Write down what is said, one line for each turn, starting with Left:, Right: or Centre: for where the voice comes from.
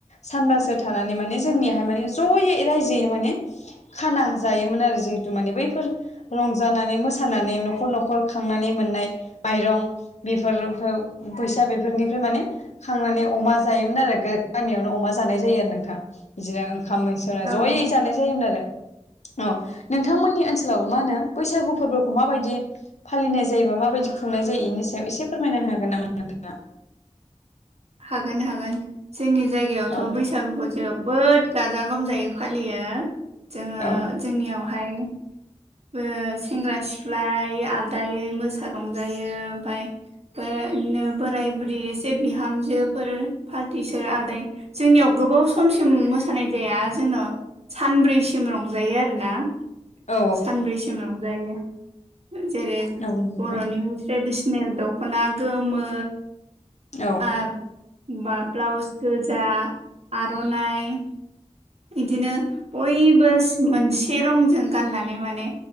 Left: सानबासो थांनानै माने
Right: औ
Left: जोंनियाहाय माने जयै रायजोयैनो माने खाना जायोमोन आरो जिहेतु माने बैफोर रंजानानै मोसानानै न'खर न'खर खांनानै मोननाय माइरं बेफोर फैसा बेफोरनिफ्राय माने खांनानै अमा जायोमोन आरो गामियावनो अमा जानाय जायो आरो नोंथां बिदिनो ओंखाम मैसं
Right: औ
Left: <unintelligible> जयै जानाय जायोमोन आरो औ नोंथांमोननि ओनसोलाव मा होनो बैसागु फोरबोखौ माबायदि फालिनाय जायोबा माबायदि खुंनाय जायो बेनि सायाव एसे फोरमायना होनो हागोन नामा नोंथाङा
Right: हागोन हागोन जोंनि जायगायावथ'
Left: औ
Right: बैसागुखौ जोब- जोबोद गाजा गोमजायै फालियो जोङो
Left: औ
Right: जोंनियावहाय ओ सेंग्रा सिख्ला आलदायै मोसा रंजायो ओमफ्राय बिदिनो बोराय बुरि एसे बिहामजोफोर पार्टिस आदै जोंनियाव गोबाव समसिम मोसानाय जाया जोंनाव सानब्रैसिम रंजायो आरोना
Left: औ
Right: सानब्रैसिम रंजायो जेरै
Left: नंगौ नोंथां।
Right: बर'नि ट्रेडिसन नेल दख'ना गोमो
Left: औ
Right: आरो ब्लाउस गोजा आर'नाइ बिदिनो बयबो मोनसे रंजों गाननानै माने